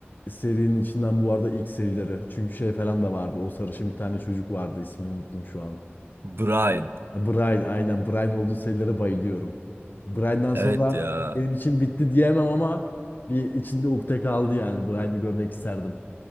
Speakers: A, on the left; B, on the right.
A: Serinin içinden bu arada ilk serileri. Çünkü şey falan da vardı. O sarışın bir tane çocuk vardı. İsmini unuttum şu an.
B: Brian.
A: Brian aynen Brian olduğu serilere bayılıyorum. Brian'dan sonra
B: Evet ya.
A: benim için bitti diyemem ama bir içinde ukde kaldı yani. Brian'ı görmek isterdim.